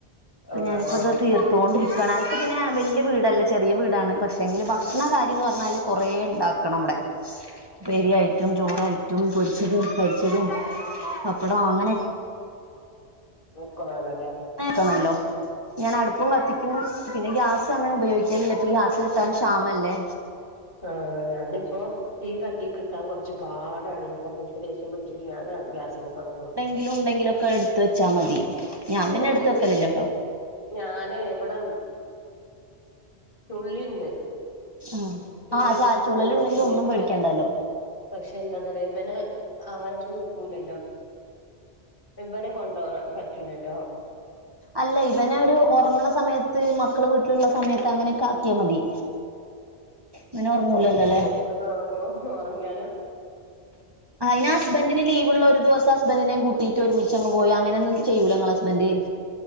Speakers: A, on the right; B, on the left.
A: അപ്പ
B: ആഹ്
A: ഞാനിപ്പോ
B: അതാണ്
A: ഇതത് തീർത്തോണ്ടരിക്കും ഗണാലത്ത് പിന്നെ വല്യ വീടല്ല ചെറിയ വീടാണ് പക്ഷെങ്കില് ഭക്ഷണ കാര്യം എന്ന് പറഞ്ഞാല് കൊറെേ ഉണ്ടാക്കണം ഇവിടെ
B: <inaudible>
A: പെരിയായിട്ടും ചോറായിട്ടും പൊരിച്ചതും കരിച്ചതും
B: ഉ
A: പപ്പടം അങ്ങനെ
B: മുക്കതണല്ലേ?
A: ക്കണല്ലോ ഞാനടുപ്പും കത്തിക്കും പിന്നെ ഗ്യാസങ്ങനെ ഉപയോഗി പ്പല്ല ഗ്യാസ് കിട്ടാൻ ശാമ അല്ലേ
B: ആഹ് ഞാനിപ്പോ തീ കത്തി കിട്ടാൻ കുറച്ച് പാടാണ് എനിക്ക ദേഷ്യം പിടിച്ചട്ട് ഞാന് ഗ്യാസ മുക്ക അങ്ങോ വെക്കും
A: എന്തെങ്കിലും ഉണ്ടെങ്കില ഒക്കെ എടുത്ത വെച്ചാൽ മതി ഞാൻ പിന്നെ
B: ഓലയ്ന്
A: എടുത്ത് വെക്കലില്ല കേട്ടോ
B: ഞാന് ഇവിടെ ചുള്ളിയുണ്ട്
A: ആഹ്
B: തുള്ളിലക്ക്
A: ആഹ് ചായച്ചുള്ളൽ
B: പോവൊക്കെ
A: ഉണ്ടെങ്കി
B: ചെയ്യ
A: ഒന്നും പേടിക്കണ്ടല്ലോ
B: ചാ പക്ഷെ എന്താന്നറയാ ഇവന് ആരടുത്തും നിൽക്കൂലല്ലോ ഇവനെ കൊണ്ട പറ്റൂലല്ലോ
A: അല്ല ഇവന ഒരു ഉറങ്ങണ സമയത്ത് മക്കള് വീട്ടിലുള്ള സമയത്ത് അങ്ങനെയൊക്കെ ആക്കിയാ മതി ഇവന് ഉറങ്ങൂലല്ലോ
B: അപ്പം
A: അല്ലേ
B: ഇവനൊറങ്ങുവോ ഉറങ്ങിയല്
A: ആയിന്റെ ഹസ്ബൻഡറിന് ലീവ്ള്ള ഒരു ദിവസം ഹസ്ബന്റിനേ കൂട്ടീട്ട് ഒരുമിച്ച അങ് പോയി അങ്ങനൊന്നും ചെയ്യല്ല ഞങ്ങള് ഹസ്ബന്റ്?